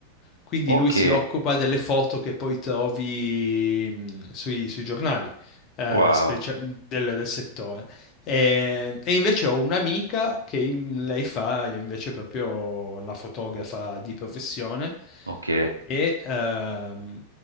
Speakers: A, on the left; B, on the right.
A: Quindi
B: Ok,
A: lui si occupa delle foto che poi trovi mh, sui, sui giornali eh,
B: wow,
A: specia- del, del settore. E, e invece ho un'amica che in- lei fa invece proprio la fotografa di professione
B: ok,
A: e ehm,